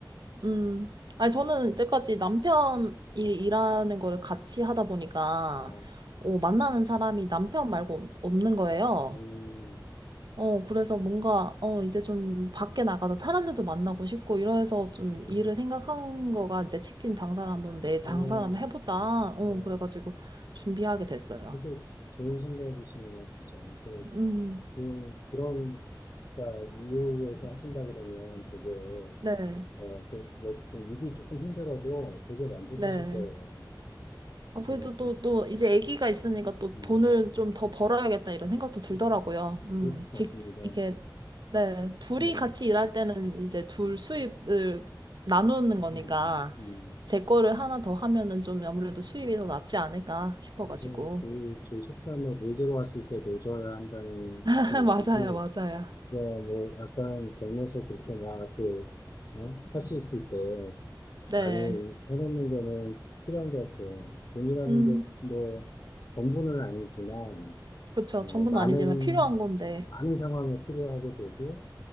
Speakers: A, on the right; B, on the left.
A: 음, 아니, 저는 이때까지 남편이 일하는 거를 같이 하다 보니까,
B: 아,
A: 어, 만나는 사람이 남편 말고 없는 거예요.
B: 음,
A: 어, 그래서 뭔가, 어, 이제 좀 밖에 나가서 사람들도 만나고 싶고, 이래서 좀
B: 어,
A: 일을 생각한 거가 이제 치킨 장사를 한번 내 장사를
B: 어,
A: 한번 해보자. 어,
B: 어,
A: 그래가지고 준비하게 됐어요.
B: 되게 좋은 생각이시네요, 진짜. 그,
A: 음,
B: 그, 그런, 그러니까 이유에서 하신다 그러면 되게,
A: 네,
B: 어, 그, 뭐, 좀 일이 조금 힘들어도 되게 만족하실
A: 네.
B: 거예요.
A: 아,
B: 저는,
A: 그래도 또, 또, 이제 아기가 있으니까 또
B: 음, 어,
A: 돈을 좀 더 벌어야겠다 이런 생각도
B: 그렇지.
A: 들더라고요. 음,
B: 그, 맞습니다.
A: 직, 이게 네, 둘이
B: 어,
A: 같이 일할 때는 이제 둘 수입을 나누는 거니까
B: 음, 음,
A: 제 거를 하나 더 하면은 좀 아무래도
B: 음.
A: 수입이 더 낫지 않을까 싶어가지고.
B: 그래서 그, 저희 식당에 물 들어왔을 때 노져야 한다는
A: <laughs>
B: 그
A: 맞아요,
B: 뜻이,
A: 맞아요.
B: 뭐, 뭐, 약간 젊어서 그렇게 막 이렇게, 어? 하실 때,
A: 네,
B: 많이 해놓는 거는 필요한 것 같아요. 돈이라는
A: 음,
B: 게 뭐 전부는 아니지만
A: 그쵸.
B: 어,
A: 전부는
B: 많은
A: 아니지만 필요한 건데.
B: 많은 상황에 필요하게 되고